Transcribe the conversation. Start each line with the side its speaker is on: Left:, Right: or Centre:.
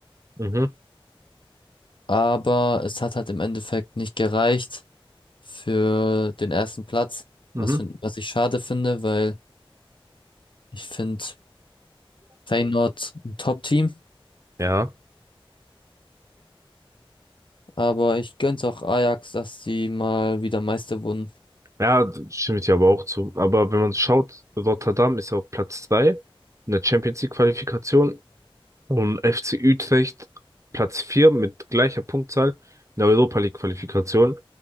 Right: Mhm.
Left: Aber es hat halt im Endeffekt nicht gereicht für den ersten Platz, was,
Right: Mhm.
Left: find, was ich schade finde, weil ich finde Feyenoord ein Top-Team,
Right: Ja,
Left: aber ich gönn's auch Ajax, dass sie mal wieder Meister wurden.
Right: ja, da stimme ich dir aber auch zu. Aber wenn man schaut, Rotterdam ist ja auf Platz 3 in der Champions League Qualifikation und FC Utrecht Platz 4 mit gleicher Punktzahl in der Europa League Qualifikation.